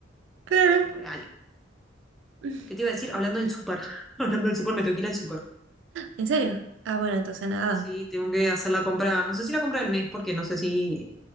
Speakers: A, on the right (about 65°); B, in the centre.
A: Claro.
B: real.
A: <laughs>
B: ¿Qué te iba a decir? Hablando del súper, <laughs> hablando del súper, me tengo que ir al súper.
A: ¿En serio? Ah, bueno, entonces nada.
B: Sí, tengo que hacer la compra, no sé si la compra del mes, porque no sé si,